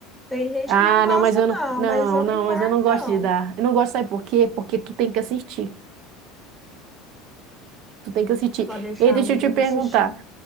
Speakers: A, in the centre; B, on the right.
A: Tem gente
B: Ah,
A: que não gosta,
B: não, mas eu
A: não,
B: não, não,
A: mas eu
B: não,
A: não importo,
B: mas eu não
A: não.
B: gosto de dar. Eu não gosto, sabe por quê? Porque tu tem que assistir. Tu tem que assistir.
A: Pode deixar,
B: E aí, deixa
A: amiga,
B: eu te
A: eu
B: perguntar.
A: vou assistir.